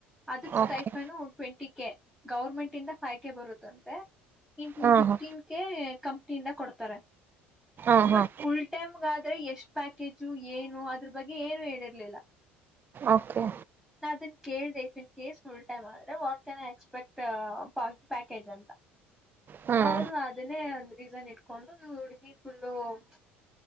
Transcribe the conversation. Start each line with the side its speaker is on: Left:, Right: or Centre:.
Centre: ಅದಕ್ stipend
Right: okay
Centre: twenty K government ಇಂದ ಫೈವ್ಕೆ ಬರುತ್ತಂತೆ ಇನ್ನ್
Right: ಹ್ಮ್
Centre: ಫಿಫ್ಟೀನ್
Right: ಹ್ಮ್
Centre: ಕೆ ಕಂಪ್ನಿಯಿಂದ ಕೊಡ್ತಾರೆ
Right: ಹ್ಮ್ ಹ್ಮ್
Centre: ಬಟ್ ಫುಲ್ ಟೈಮ್ಗ ಆದ್ ಆದ್ರೆ ಎಷ್ಟ್ ಪ್ಯಾಕೇಜು ಏನು ಅದ್ರ ಬಗ್ಗೆ ಏನು ಹೇಳಿರ್ಲಿಲ್ಲ.
Right: ಓಕೆ
Centre: ನಾ ಅದನ್ ಕೇಳಿದೆ if in case full time ಆದರೆ ವಾಟ್ ಕ್ಯಾನ್ ಐ ಎಕ್ಸ್ಪೆಕ್ಟ್ ಪ ಪ್ಯಾಕೇಜ್ ಅಂತ.
Right: ಹ್ಮ್
Centre: ಅವರು ಅದನ್ನೇ ಒಂದ್ ರಿಸನ್ ಇಟ್ಕೊಂಡು ಹುಡುಗಿ ಫುಲ್ಲು <unintelligible>